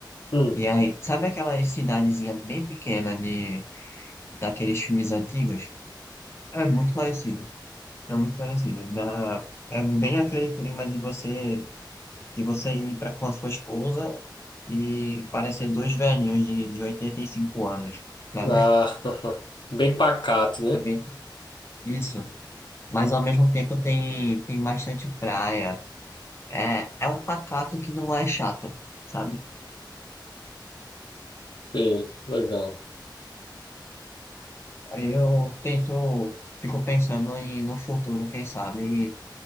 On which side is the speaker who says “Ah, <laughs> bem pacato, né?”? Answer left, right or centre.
Left